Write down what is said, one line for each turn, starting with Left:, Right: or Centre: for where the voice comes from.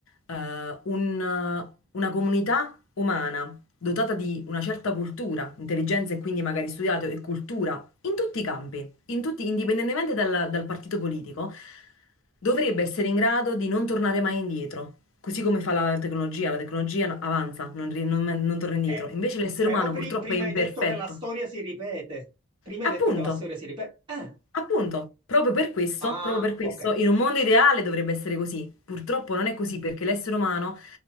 Left: eh, un- una comunità umana dotata di una certa cultura, intelligenza e quindi magari studiato e cultura in tutti i campi, in tutti- indipendentemente dal, dal partito politico, dovrebbe essere in grado di non tornare mai indietro. Così come fa la tecnologia, la tecnologia avanza, non, ri- non non torna indietro.
Right: Eh,
Left: Invece l'essere
Right: però
Left: umano
Right: pri-
Left: purtroppo
Right: prima
Left: è imperfetto.
Right: hai detto che la storia si ripete. Prima
Left: Appunto,
Right: hai detto che la storia si ripete. Eh,
Left: Appunto, proprio per questo,
Right: Ah,
Left: proprio per questo,
Right: ok.
Left: in un mondo ideale dovrebbe essere così. Purtroppo non è così perché l'essere umano